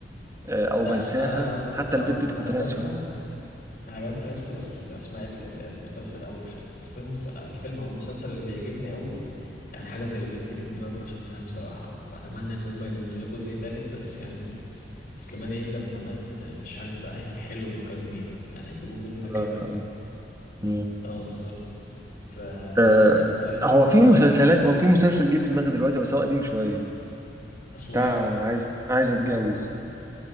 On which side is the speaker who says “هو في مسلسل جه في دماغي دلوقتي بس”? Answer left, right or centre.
Right